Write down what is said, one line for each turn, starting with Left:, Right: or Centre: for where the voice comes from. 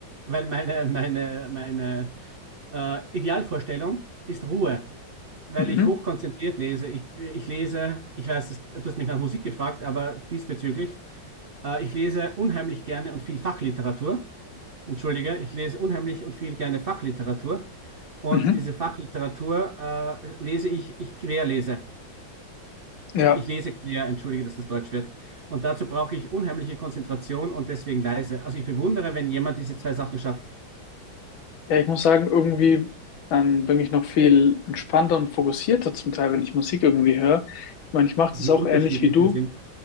Right: weil meine, meine, meine äh, Idealvorstellung ist Ruhe, weil
Left: Mhm.
Right: ich hochkonzentriert lese. Ich, ich lese, ich weiß, das- du hast mich nach Musik gefragt, aber diesbezüglich, äh, ich lese unheimlich gerne und viel Fachliteratur entschuldige, ich lese unheimlich und viel gerne Fachliteratur. Und
Left: Mhm.
Right: diese Fachliteratur äh, lese ich, ich querlese.
Left: Ja.
Right: Ich lese quer, entschuldige, dass das Deutsch wird. Und dazu brauche ich unheimliche Konzentration und deswegen leise. Also ich bewundere, wenn jemand diese zwei Sachen schafft,
Left: Ja, ich muss sagen, irgendwie dann bin ich noch viel entspannter und fokussierter zum Teil, wenn ich Musik irgendwie höre. Ich meine, ich mache
Right: wie
Left: das auch
Right: unterschiedlich
Left: ähnlich wie du.
Right: wir sind.